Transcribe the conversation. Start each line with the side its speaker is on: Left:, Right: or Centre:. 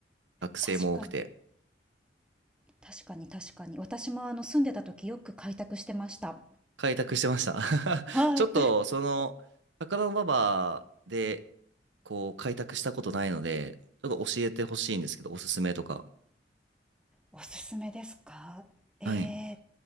Right: 学生も多くて、
Centre: 確かに、確かに、確かに。私もあの住んでた時よく開拓してました。
Right: 開拓してました。<laughs>
Centre: はい。
Right: ちょっと、その、高田馬場で、こう、開拓したことないので、ちょっと教えてほしいんですけど、おすすめとか。
Centre: おすすめですかえ
Right: はい。
Centre: ー、